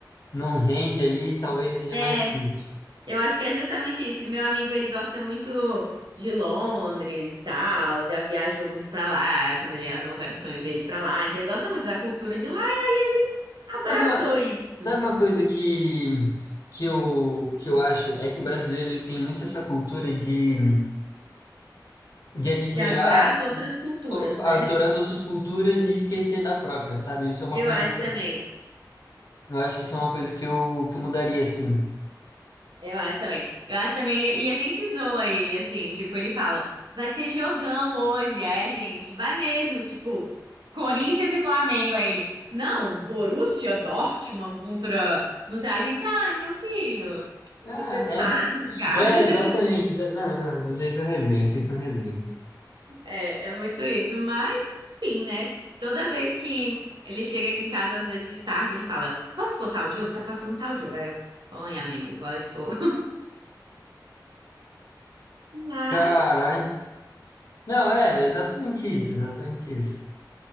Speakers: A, on the left; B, on the right.
A: não rende ali, talvez
B: <laughs>
A: seja
B: é,
A: mais difícil.
B: eu acho que é justamente isso. E meu amigo, ele gosta muito de Londres, e tal, já viajou muito pra lá, quando ele era novo era o sonho dele ir pra lá, então ele gosta muito da cultura de lá e aí ele abraçou
A: Sabe uma,
B: isso,
A: Sabe uma coisa que, que, eu, que eu acho é que o brasileiro ele tem muito essa cultura de, de admirar,
B: de adorar as outras culturas,
A: o- adorar
B: né? <laughs>
A: as outras culturas e esquecer da própria, sabe? Isso é uma
B: Eu
A: coisa
B: acho
A: que
B: também.
A: eu, eu acho que isso é uma coisa que eu, que eu mudaria, assim.
B: Eu acho também. Eu acho também. E e a gente zoa ele, assim, tipo, ele fala, vai ter jogão hoje. Aí a gente, vai mesmo, tipo, Corinthians e Flamengo. Aí ele, não, Borussia Dortmund contra. Não sei, a gente, ai, meu filho,
A: Ah,
B: vai ser
A: é,
B: zoado, cara.
A: é,
B: <laughs>
A: exatamente. Já- Não, não, não, vocês são resenha, vocês são resenha.
B: É, é muito isso. Mas, enfim, né? Toda vez que ele chega aqui em casa, às vezes de tarde, ele fala, posso pôr tal jogo? Tá passando tal jogo. Aí eu, põe, amigo, pode pôr. <laughs> Mas,
A: Caralho. Não, é, é exatamente isso, exatamente isso.